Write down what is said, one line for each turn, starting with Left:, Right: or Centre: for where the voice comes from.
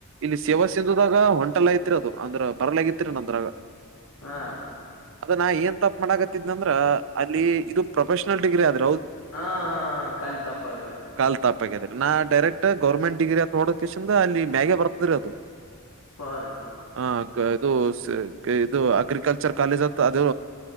Right: ಇಲ್ಲಿ ಸೇವ ಸಿಿಂದದಾಗ ಹೊಂಟಲ್ಲ ಐತಿರಿ ಅದು ಅಂದ್ರ ಬರ್ಲಗತಿರಿ ನಂದ್ರಾಗ
Left: ಹಾ ಹಾ
Right: ಅದ ನಾ ಏನ್ ತಪ್ ಮಾಡಕತ್ತಿದ್ದ ಅಂದ್ರ ಅಲ್ಲಿ ಇದು ಪ್ರೊಫೆಷನಲ್ ಡಿಗ್ರಿ ಆದ
Left: ಹಾ ಹಾ ಹ ಕಲ್ ತಪ್ಪಾದ್ರೆ
Right: ಕಾಲ್ ತಾಪಾಗ್ಯಾದ್ರಿ ನಾ ಡೈರೆಕ್ಟ್ ಗರ್ಮೆಟ್ ಡಿಗ್ರಿ ಹತ್ ಹೋಡೋಂದ ಅಲ್ಲಿ ಮ್ಯೆ ಬರ್ತದ್ರರಿ ಅದು
Left: ಹಾ ರೀ
Right: ಹಾಗದು ಸ ಇದು ಅಗ್ರಿಕಲ್ಚರ್ ಕಾಲೇಜ್ ಅ ಅದು್